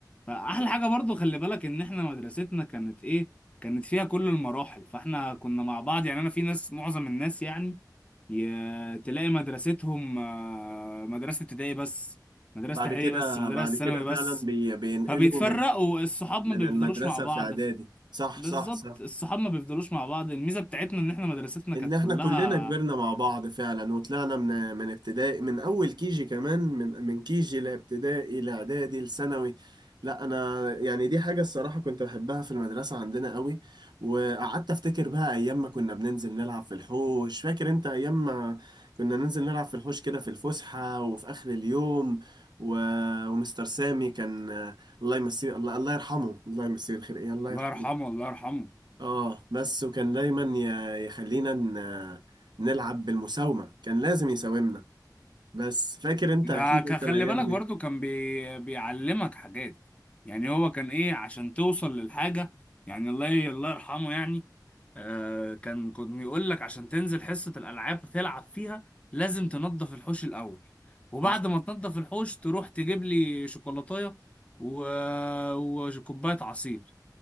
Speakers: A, on the left; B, on the right.
A: فاحلى حاجه برضو خلي بالك ان احنا مدرستنا كانت ايه كانت فيها كل المراحل فاحنا كنا مع بعض يعني انا في ناس معظم الناس يعني ي- تلاقي مدرستهم آه، مدرسة ابتدائي بس مدرسة
B: بعد
A: اعدادي
B: كده
A: بس مدرسة
B: بعد كده
A: ثانوي
B: فعلا
A: بس
B: بي بينقلوا
A: فبيتفرقوا
B: من
A: الصحاب
B: من
A: ما بيفضلوش
B: المدرسة
A: مع بعض
B: في اعدادي
A: ف-
B: صح
A: بالظبط
B: صح صح
A: الصحاب ما بيفضلوش مع بعض الميزة بتاعتنا ان احنا مدرستنا
B: ان
A: كانت
B: احنا
A: كلها
B: كلنا كبرنا مع بعض فعلا وطلعنا من من ابتدائي من اول كيجي كمان من من كيجي لابتدائي لاعدادي لثانوي لا انا يعني دي حاجه الصراحه كنت بحبها في المدرسه عندنا قوي وقعدت افتكر بقى ايام ما كنا بننزل نلعب في الحوش فاكر انت ايام ما كنا ننزل نلعب في الحوش كده في الفسحه وفي اخر اليوم و... ومستر سامي كان الله يمسيه الله الله يرحمه الله يمسيه الخير ايه الله
A: الله
B: يرحمه
A: يرحمه الله يرحمه
B: اه بس وكان دايما ي- يخلينا ن- نلعب بالمساومة كان لازم يساومنا بس فاكر انت
A: ده
B: اكيد
A: ك-
B: انت
A: خلي
B: الايام
A: بالك
B: دي
A: برضو كان بي... بيعلمك حاجات يعني هو كان ايه عشان توصل للحاجة يعني الله الله يرحمه يعني آه كان كان يقول لك عشان تنزل حصة الألعاب تلعب فيها لازم تنظف الحوش الأول وبعد
B: حصل
A: ما تنظف الحوش تروح تجيب لي شوكولاتاية و... وكوباية عصير